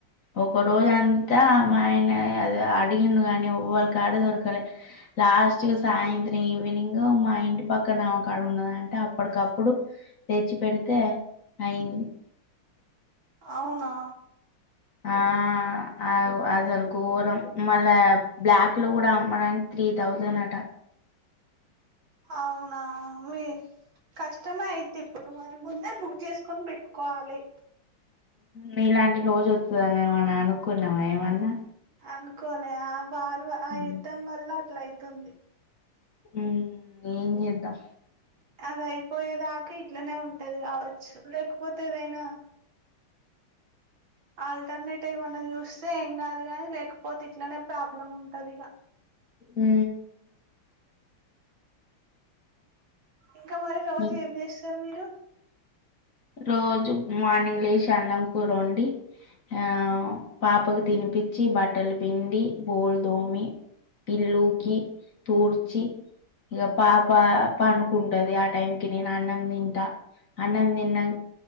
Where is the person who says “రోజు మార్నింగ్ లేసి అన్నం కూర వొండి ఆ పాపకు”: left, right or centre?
Left